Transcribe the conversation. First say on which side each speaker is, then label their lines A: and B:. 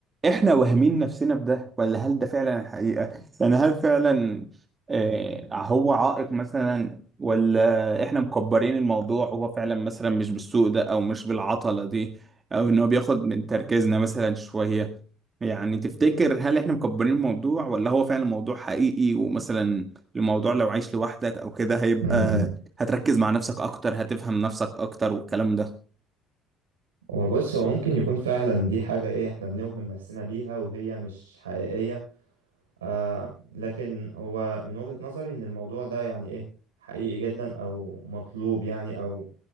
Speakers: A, on the right; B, on the right.
A: احنا واهمين نفسنا بده ولا هل ده فعلا الحقيقه يعني هل فعلا آه هو عائق مثلا ولا احنا مكبرين الموضوع وهو فعلا مثلا مش بالسوء ده او مش بالعطله دي او ان هو بياخد من تركيزنا مثلا شويه يعني تفتكر هل احنا مكبرين الموضوع ولا هو فعلا موضوع حقيقي ومثلا الموضوع لو عايش لوحدك او كده هيبقى
B: امم
A: هتركز مع نفسك اكتر هتفهم نفسك اكتر والكلام ده
B: هو بص هو ممكن يكون فعلا دي حاجة ايه احنا بنوهم نفسنا بيها وهي مش حقيقية آه لكن هو من وجهة نظري ان الموضوع ده يعني ايه حقيقي جدا او مطلوب يعني او